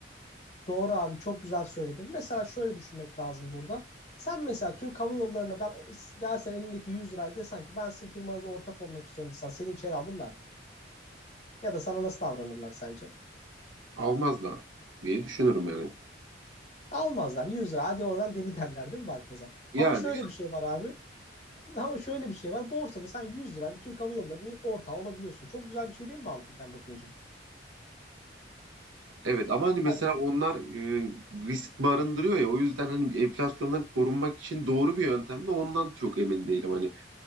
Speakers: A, on the left; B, on the right.
A: Doğru abi çok güzel söyledin. Mesela şöyle düşünmek lazım burada. Sen mesela Türk Hava Yolları'na ben gelsen elindeki 100 lirayı desen ki ben sizin firmanıza ortak olmak istiyorum desen seni içeri alırlar mı? Ya da sana nasıl davranırlar sence?
B: almazlar diye düşünürüm yani.
A: Almazlar 100 lira. Hadi oradan deli derler değil mi Baltazar?
B: Yani
A: Ama şöyle bir şey var abi. <laughs> Ama şöyle bir şey var. Borsada sen 100 lirayla Türk Hava Yolları'nın ortağı olabiliyorsun. Çok güzel bir şey değil mi mantıken bakınca?
B: evet ama hani mesela
A: Hani
B: onlar e, risk barındırıyor ya o yüzden hani enflasyondan korunmak için doğru bir yöntem mi ondan çok emin değilim hani.